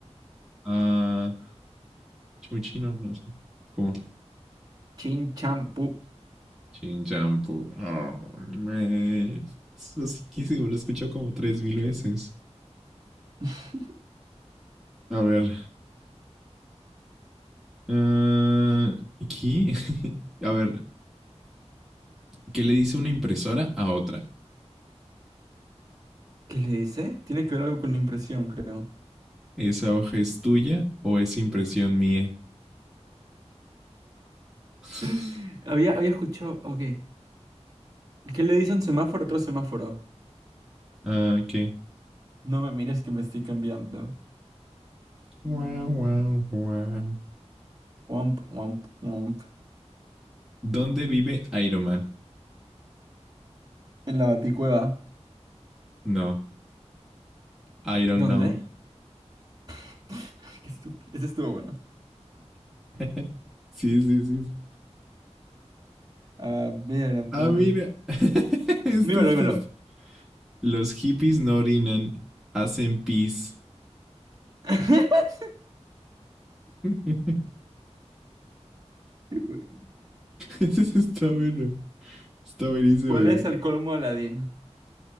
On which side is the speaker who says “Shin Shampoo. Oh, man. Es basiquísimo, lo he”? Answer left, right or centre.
Centre